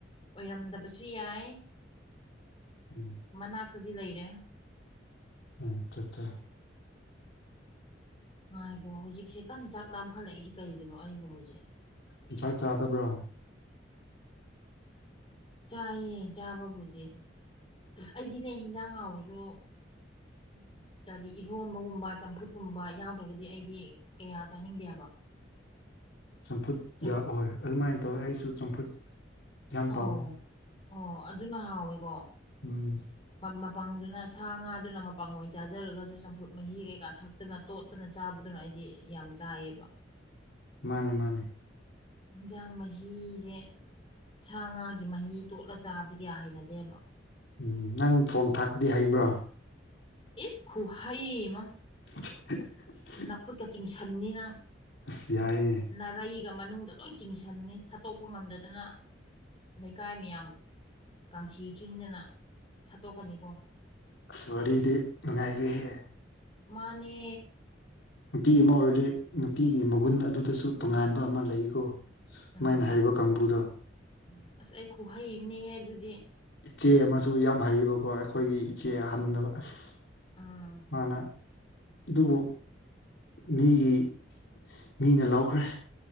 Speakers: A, on the left; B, on the left.
A: ꯑꯣꯏꯔꯝꯗꯕꯁꯨ ꯌꯥꯏ
B: ꯎꯝ
A: ꯃꯅꯥꯛꯇꯗꯤ ꯂꯩꯔꯦ
B: ꯎꯝ ꯆꯥ ꯆꯥ
A: ꯉꯥꯏꯈꯣ ꯍꯧꯖꯤꯛꯁꯦ ꯀꯟ ꯆꯥꯛ ꯂꯥꯝꯈꯠꯂꯛꯏꯁꯤ ꯀꯩꯒꯤꯅꯣ ꯑꯩꯕꯨ ꯍꯧꯖꯤꯛ
B: ꯉꯁꯥꯏ ꯆꯥꯗꯕ꯭ꯔ
A: ꯆꯥꯏꯌꯦ ꯆꯥꯕꯕꯨꯗꯤ ꯑꯩꯗꯤꯅꯦ ꯍꯤꯟꯖꯥꯡ ꯍꯥꯎꯔꯁꯨ ꯎꯝ ꯀꯔꯤ ꯏꯔꯣꯝꯕꯒꯨꯝꯕ ꯆꯝꯐꯨꯠꯀꯨꯝꯕ ꯌꯥꯎꯗ꯭ꯔꯒꯗꯤ ꯑꯩꯗꯤ ꯀꯌꯥ ꯆꯥꯅꯤꯡꯗꯦꯕ
B: ꯆꯝꯐꯨꯠ
A: ꯆꯝ
B: ꯌꯥꯎ ꯑꯣꯏ ꯑꯗꯨꯃꯥꯏ ꯇꯧꯔ ꯑꯩꯁꯨ ꯆꯝꯐꯨꯠ ꯌꯥꯝ
A: ꯑꯧ
B: ꯄꯥꯝꯃꯦ
A: ꯑꯣ ꯑꯗꯨꯅ ꯍꯥꯎꯋꯦꯀꯣ
B: ꯎꯝ
A: ꯃꯄꯪꯗꯨꯅ ꯁꯥ ꯉꯥꯗꯨꯅ ꯃꯄꯪ ꯑꯣꯏ ꯆꯥꯖꯔꯒꯁꯨ ꯆꯝꯐꯨꯠ ꯃꯍꯤ ꯀꯩꯀꯥ ꯊꯛꯇꯅ ꯇꯣꯠꯇꯅ ꯆꯥꯕꯗꯨꯅ ꯑꯩꯗꯤ ꯌꯥꯝ ꯆꯥꯏꯌꯦꯕ
B: ꯃꯥꯅꯦ ꯃꯥꯅꯦ
A: ꯌꯦꯟꯖꯥꯡ ꯃꯍꯤꯁꯦ ꯁꯥ ꯉꯥꯒꯤ ꯃꯍꯤ ꯇꯣꯠꯂ ꯆꯥꯕꯗꯤ ꯀꯌꯥ ꯍꯩꯅꯗꯦꯕ
B: ꯎꯝ ꯅꯪ ꯊꯣꯡ ꯊꯥꯛꯄꯗꯤ ꯍꯩꯕ꯭ꯔ
A: ꯏꯁ ꯈꯨꯍꯩꯃ
B: <unintelligible>
A: ꯅꯥꯈꯨꯠꯀ ꯆꯤꯡꯁꯟꯅꯤ ꯅꯪ
B: ꯑꯁ ꯌꯥꯏꯅꯦ
A: ꯅꯥꯔꯩꯒ ꯃꯅꯨꯡꯗ ꯂꯣꯏ ꯆꯤꯡꯁꯟꯅꯤ ꯁꯠꯇꯣꯛꯄ ꯉꯝꯗꯗꯅ ꯂꯩꯀꯥꯏ ꯃꯌꯥꯝ ꯀꯥꯡꯁꯤ ꯈꯤꯡꯗꯅ ꯁꯠꯇꯣꯛꯀꯅꯤꯀꯣ
B: ꯑꯁ ꯋꯥꯔꯤꯗꯤ ꯅꯨꯡꯉꯥꯏꯒ꯭ꯔꯦꯍꯦ
A: ꯃꯥꯅꯦ
B: ꯅꯨꯄꯤ ꯑꯃ ꯑꯣꯏꯔꯗꯤ ꯅꯨꯄꯤꯒꯤ ꯃꯒꯨꯟ ꯑꯗꯨꯗꯁꯨ ꯇꯣꯉꯥꯟꯕ ꯑꯃ ꯂꯩꯀꯣ
A: ꯎꯝ
B: ꯃꯥꯏꯅ ꯍꯩꯕ ꯀꯥꯡꯕꯨꯗꯣ
A: ꯎꯝ ꯑꯁ ꯑꯩ ꯈꯨꯍꯩꯑꯝꯅꯤꯍꯦ ꯑꯗꯨꯗꯤ
B: ꯏꯆꯦ ꯑꯃꯁꯨ ꯌꯥꯝ ꯍꯩꯕꯀꯣ ꯑꯩꯈꯣꯏꯒꯤ ꯏꯆꯦ ꯍꯟꯗꯕ ꯑꯁ
A: ꯑꯥ
B: ꯃꯥꯅ ꯑꯗꯨꯕꯨ ꯃꯤꯒꯤ ꯃꯤꯅ ꯂꯧꯈ꯭ꯔꯦ